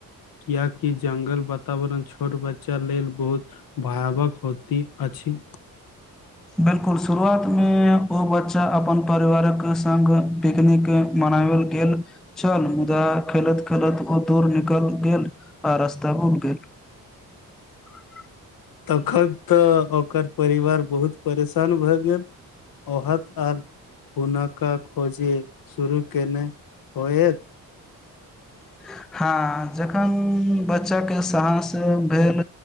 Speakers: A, on the left; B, in the centre.
A: कियकी जंगल वातावरण छोट बच्चा लेल बहुत भयावक होती अछि। पक्षी
B: बिल्कुल शुरुआत मे ओ बच्चा अपन परिवारक संग पिकनिक मे बनाल गेल छल मुदा खेलैत खेलैत ओ दूर निकल गेल आ रस्ता पर <unintelligible>
A: तखन तऽ ओकर परिवार बहुत परेशान भए गेल ओहद आर कोना क खोजी शुरू कने होयत
B: <inaudible> हँ, जखन बच्चाके साहस भेल